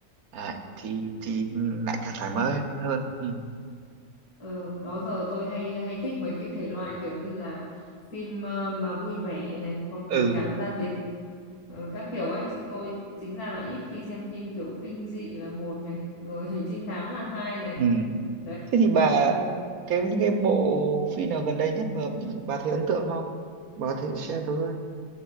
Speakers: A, on the right; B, on the left.
A: Đấy, thì thì ừ, lại càng thoải mái hơn ừ.
B: Ừ, đó giờ tôi hay hay thích mấy cái thể loại kiểu như là phim ờ, mà vui vẻ này hoặc
A: ừ
B: tình cảm gia đình ờ, các kiểu ấy chứ tôi chính ra là ít khi xem phim kiểu kinh dị là một này rồi <laughs> trinh thám là hai này
A: ừ
B: đấy
A: thế thì bà
B: ừ,
A: cái những cái bộ phim nào gần đây nhất mà bà thấy ấn tượng không bà có thể share tôi với